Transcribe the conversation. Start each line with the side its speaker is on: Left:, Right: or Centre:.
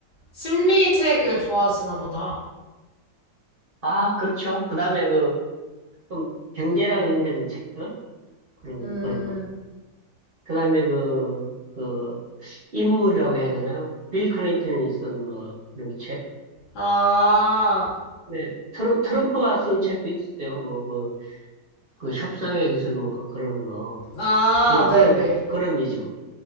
Left: 심리 책을 좋아하시나 보다.
Right: 아, 그렇죠. 그 다음에 그, 좀 경제랑 연결된 책들? 그런,
Left: 음,
Right: 그런 거. 그다음에 그, 그, 인물이라고 해야 되나요? 빌 클린턴이 쓴 뭐, 그런 책.
Left: 아,
Right: 네, 트럼, 트럼프가 쓴 책도 있었어요. 뭐, 그, 그 협상의 기술 뭐, 그, 그런 거.
Left: 아,
Right: 그런, 그런,
Left: 네네.
Right: 그런 이죠.